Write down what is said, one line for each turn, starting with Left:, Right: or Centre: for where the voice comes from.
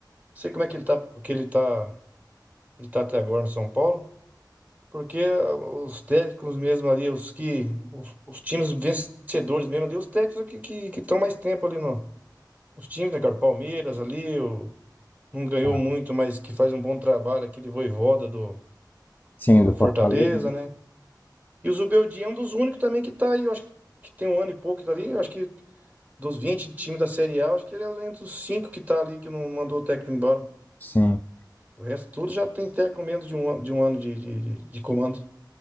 Right: sei como é que ele tá, que ele tá, ele tá até agora no São Paulo, porque ah, os técnicos mesmo ali, os que, os, os times vencedores mesmo ali, os técnicos que que que estão mais tempo ali no, os times, né, cara? O Palmeiras ali, o, não ganhou
Left: Ah,
Right: muito, mas que faz um bom trabalho, aquele Voivoda do,
Left: Sim,
Right: do, do
Left: do
Right: Fortaleza,
Left: Fortaleza. né?
Right: né? E o Zubeldia é um dos únicos também que tá aí, eu acho que tem um ano e pouco ali, eu acho que dos 20 times da Série A, acho que ele é entre os 5 que tá ali que não mandou o técnico embora.
Left: Sim.
Right: O resto tudo já tem técnico menos de um, ano- de um ano de, de, de- de comando.